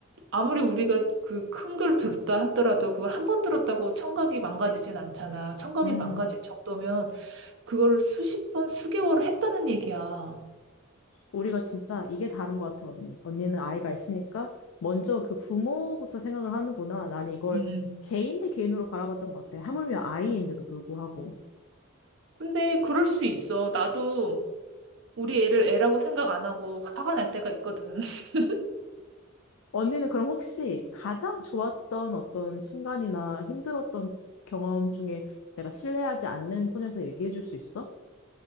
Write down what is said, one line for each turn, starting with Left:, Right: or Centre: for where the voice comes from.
Right: 아무리 우리가 그 큰 걸 들었다 하더라도 그걸 한 번 들었다고 청각이 망가지진 않잖아. 청각이
Left: 음,
Right: 망가질 정도면 그거를 수십 번, 수개월을 했다는 얘기야.
Left: 우리가 진짜 이게 다른 것 같아, 언니. 언니는 아이가 있으니까 먼저 그 부모부터 생각을 하는구나. 나는 이걸
Right: 음.
Left: 개인 대 개인으로 바라봤던 것 같아. 하물며 아이인데도 불구하고.
Right: 근데 그럴 수 있어. 나도 우리 애를 애라고 생각 안 하고 화가 날 때가 있거든. <laughs>
Left: 언니는 그럼 혹시 가장 좋았던 어떤 순간이나 힘들었던 경험 중에 내가 신뢰하지 않는 선에서 얘기해 줄 수 있어?